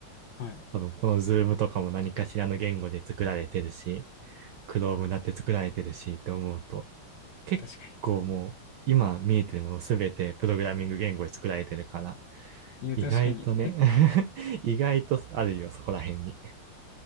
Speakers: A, on the left; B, on the right.
A: はい。
B: 多分この Zoom とかも何かしらの言語で作られてるし、Chrome だって作られてるしって思うと、結構もう今見えてるものすべてプログラミング言語で作られてるから、
A: 確かに。いや、
B: 意外とね
A: 確かに。
B: <laughs> 意外とあるよ、そこら辺に。